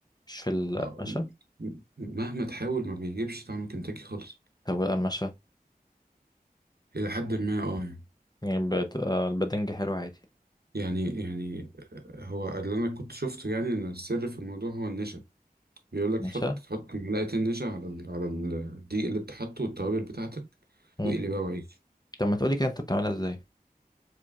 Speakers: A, on the left (about 25°); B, on the right (about 85°).
A: مش في القرمشه
B: آه، م- مهما تحاول ما بيجيبش طعم كنتاكي خالص
A: طب القرمشه
B: الى حد ما اه يعني
A: يعني بتبقى البدنج حلو عادي
B: يعني يعني، آه، هو اللي انا كنت شفته يعني ان السر في الموضوع هو النشا بيقول لك
A: ماشي
B: تحط تحط معلقة النشا على ال... على الدقيق اللي انت حاطه والتوابل بتاعتك
A: امم
B: واقلي بقى وعيش
A: طب ما تقولي كده انت بتعملها ازاي